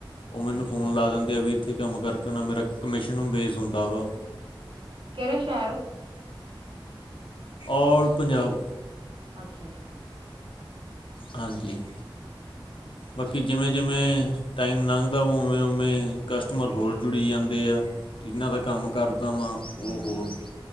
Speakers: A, on the left (about 75°); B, on the right (about 75°).
A: ਉਹ ਮੈਨੂੰ
B: ਅੱਛਾ
A: ਫੋਨ ਲਾ ਦਿੰਦੇ ਆ ਵੀ ਇੱਥੇ ਕੰਮ ਕਰਕੇ ਆਣਾ, ਮੇਰਾ ਕਮਿਸ਼ਨ ਬੇਸ ਹੁੰਦਾ ਵਾ।
B: ਕਿਹੜੇ ਸ਼ਹਿਰ?
A: ਔਲ ਪੰਜਾਬ।
B: ਅੱਛਾ-ਅੱਛਾ।
A: ਹਾਂਜੀ।
B: ਅੱਛਾ ਅੱਛਾ
A: ਬਾਕੀ ਜਿਵੇਂ-ਜਿਵੇਂ ਟਾਈਮ ਲੰਘਦਾ, ਵਾ ਉਵੇਂ-ਉਵੇਂ ਕਸਟਮਰ ਹੋਰ ਜੁੜੀ ਜਾਂਦੇ ਆ। ਜਿਹਨ੍ਹਾਂ ਦਾ ਕੰਮ ਕਰਦਾ ਵਾ, ਉਹ
B: ਹਮ
A: ਹੋਰ